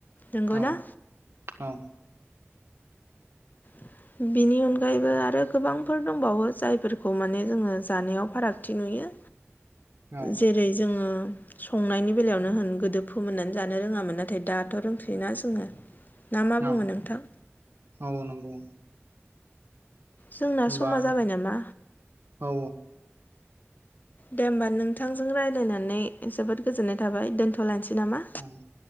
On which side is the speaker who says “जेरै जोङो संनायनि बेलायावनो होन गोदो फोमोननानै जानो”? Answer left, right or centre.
Left